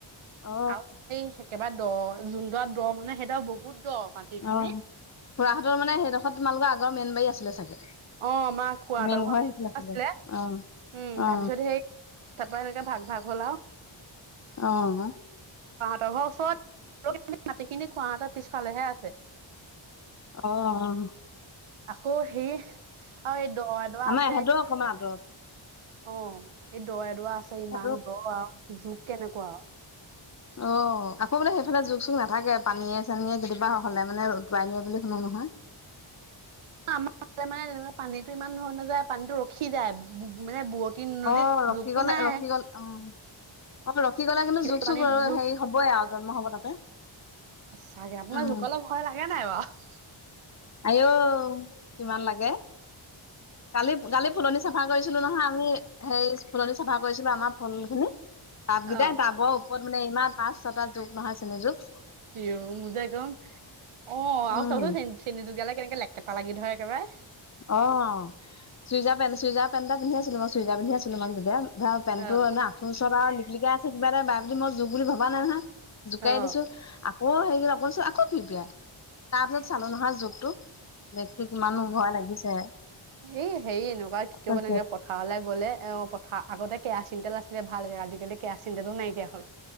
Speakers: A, on the left; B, on the right.
A: অ
B: আৰু এই একেবাৰে দ যোনটো দ মানে সেইটো বহুত দ মাটিখিনি।
A: অ খুৰাহাততৰ মানে সেইডোখৰ তোমালোকৰ আগৰ মেইনবাৰী আছিলে চাগে।
B: অ মা খোৱ
A: মেইন
B: তৰ ঘৰত
A: ঘৰ সেইখন
B: আছিলে উম
A: অ অ
B: তাৰপিছত সেই তাৰ পৰা এনেকে ভাগ ভাগ হ'ল আৰু
A: অ
B: ত ঘৰ ওচৰত <unintelligible> মাটিখিনি খুৱাহঁতৰ পিছফালেহে আছে।
A: অ-অ।
B: আকৌ সেই আৰু এই দৱা-দৱা
A: আমাৰ
B: আছে।
A: ইহঁতেও অকমান আঁতৰত
B: অঁ এই দ এডৰা আছে ইমান
A: উ
B: দ আৰু জোক কেনেকুৱা
A: আহ আকৌ মানে এইফালে জোখ চুখ নাথাকে পানীয়ে চানীয়ে কেতিয়াবা হ'লে মানে উটুৱাই নিয়ে বুলি শুনো নহয়।
B: আমাৰ <unintelligible> তেনেকুৱা পানীটো ইমান বৈ নাযায় পানীটো ৰখি উতিযায় মানে বুৱতী নদীত
A: অ ৰখি
B: যোগতটো
A: গ'লে
B: নাই।
A: ৰখি গ'ল অ অ ৰখি গ'ললে কিন্তু
B: খিলা
A: জুখ চুখ
B: পানীত জোক
A: হেৰি হ'বই আৰু জন্ম হ'ব তাতে-
B: সঁচাকে আপোনাৰ
A: উম
B: জোকলে ভয় লাগে নাই বাৰু।
A: আঔ কিমান লাগে? কালি কালি ফুলনি চাফা কৰিছিলো নহয়। আমি হে ফুলনি চাফা কৰিছিলো আমাৰ- ফুল খিনি টাবকেইটাই
B: অ
A: টাবৰ ওপৰত মানে ইমান পাঁচ ছটা জোক নহয় চেনী জোক।
B: ইঅ মুজে একদম অ আৰু
A: উম
B: <unintelligible> কেনেকে লেকেটা লাগি ধৰে একেবাৰে।
A: অঁ চুইজাৰ পেণ্ট চুইজাৰ পেণ্ট এটা পিন্ধি আছিলো মই চুইজাৰ পিন্ধি আছিলো মানে তেতিয়া। <unintelligible> পেণ্টটো
B: অ
A: এনেই আঠু ওচৰত আৰু লিটলিকা আছে কিবা এটা বাৰেপ্ৰতি মই জোঁক বুলি ভবা নাই নহয়। জোকাই
B: অ
A: দিছো- অ হেৰি <unintelligible> আকৌ ফিপিয়াই তাৰ পিছত চালো নহয় জুগটো। দেখি কিমাননো ভয় লাগিছে।
B: এ হেৰি এনেকুৱা কি কৰিব
A: উম,
B: লাগে পথাৰলে গ'লে অ পথাৰ আগতে কে- কেৰাচিন তেল আছিলে ভাল আজিকালি কেৰাচিন তেলো নাইকিয়া হল।